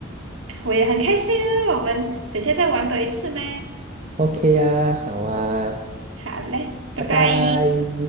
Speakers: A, on the right; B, on the right.
A: 我也很开心啊。我们等下再玩多一次吗？
B: OK 啊，好啊，
A: 好嘞，拜拜。
B: 拜拜。